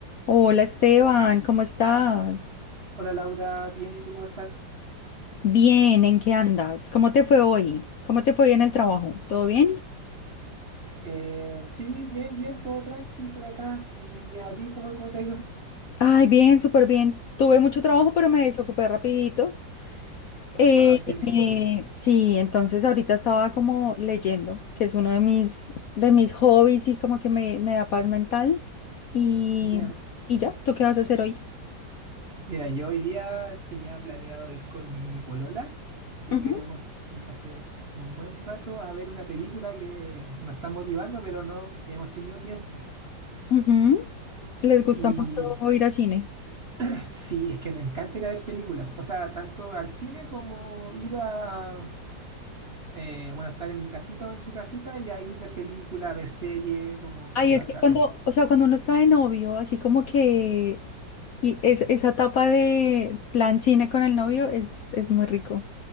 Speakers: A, on the left (about 70°); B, on the right (about 50°).
A: Hola Esteban, ¿cómo estás?
B: Hola Laura, bien, ¿y tú cómo estás?
A: Bien, ¿en qué andas? ¿Cómo te fue hoy? ¿Cómo te fue hoy en el trabajo? ¿Todo bien?
B: Eh, sí, bien, bien, todo tranqui por acá. ¿Y a ti cómo, cómo te ha ido?
A: Ay, bien, súper bien. Tuve mucho trabajo, pero me desocupé rapidito. Eh,
B: Ah, qué rico.
A: eh, sí, entonces ahorita estaba como leyendo, que es uno de mis, de mis hobbies y como que me, me da paz mental. Y,
B: Ya.
A: y ya, ¿tú qué vas a hacer hoy?
B: Mira, yo hoy día tenía planeado ir con mi polola, que
A: Ujú,
B: queremos ir hace un buen rato a ver una película que nos está motivando, pero no hemos tenido tiempo.
A: ujú. ¿Les gusta
B: Y
A: mucho ir al cine?
B: <clears throat> sí, es que nos encanta ir a ver películas, o sea, tanto al cine como ir a, eh, bueno, estar en mi casita o en su casita y ahí ver películas, ver series, como
A: Ay,
B: que nos
A: es
B: atrapen.
A: que cuando, o sea, cuando uno está de novio, así como que y es- esa etapa de plan cine con el novio es, es muy rico.